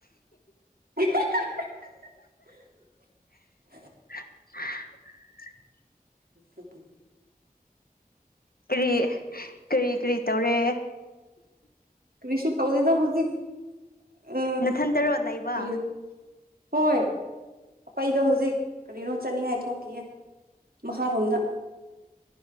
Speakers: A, on the right; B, on the left.
A: <unintelligible> <inaudible>
B: <unintelligible> <inaudible>
A: ꯎꯝ
B: ꯀꯔꯤ ꯀꯔꯤ ꯀꯔꯤ ꯇꯧꯔꯦ
A: ꯀꯔꯤꯁ ꯀꯧꯗꯗ ꯍꯧꯖꯤꯛ ꯑ
B: ꯅꯊꯟꯇꯔꯣ ꯂꯩꯕ
A: ꯀꯔꯤ ꯍꯣꯏ ꯑꯩꯩꯗꯣ ꯍꯧꯖꯤꯛ ꯀꯔꯤꯅꯣ ꯆꯠꯅꯤꯡꯉꯥꯏ ꯊꯣꯛꯈꯤꯌꯦ ꯃꯈꯥꯔꯣꯝꯗ